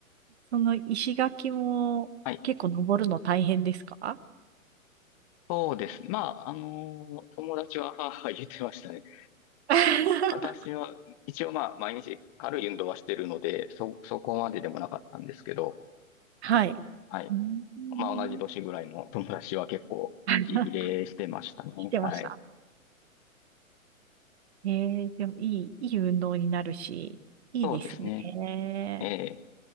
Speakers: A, on the right; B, on the left.
A: その石垣も結構登るの大変ですか
B: はい。そうですね。まあ、あの友達は、はは言ってましたね。
A: <laughs>
B: <laughs> あ私は、一応まあ、毎日軽い運動はしてるので、そ、そこまででもなかったんですけど、
A: はい。
B: はい。
A: うん。
B: まあ、同じ年ぐらいの友達は結構、
A: <laughs>
B: 息切れしてましたね。
A: してました。
B: はい。
A: えー、でもいい、いい運動になるし、いいですね。
B: そうですね。ええ